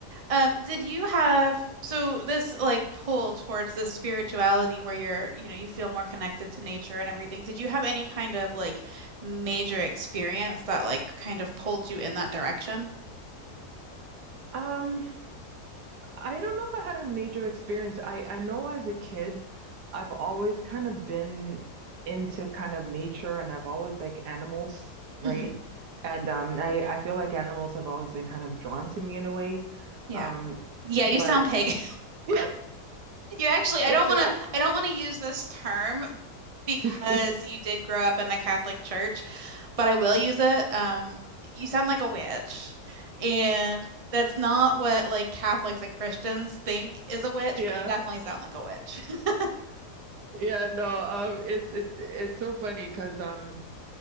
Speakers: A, on the right; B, on the right.
A: um, did you have so this like pull towards this spirituality where you're, you know, you feel more connected to nature and everything. Did you have any kind of like major experience that like kind of pulled you in that direction?
B: Um, I don't know if I had a major experience. I, I know as a kid, I've always kind of been into kind of nature and I've always like animals, right?
A: hmm
B: And um, I, I feel like animals have always been kind of drawn to me in a way.
A: Yeah.
B: Um,
A: Yeah, you
B: but
A: sound pagan.
B: <laughs> yeah,
A: You actually, I don't
B: do
A: want
B: I?
A: to, I don't want to use this term because
B: <laughs>
A: you did grow up in the Catholic Church, but I will use it. Um, you sound like a witch, and that's not what like Catholics and Christians think is a witch,
B: Yeah.
A: but you definitely sound like a witch. <laughs>
B: Yeah, no, um, it's it it's so funny because um,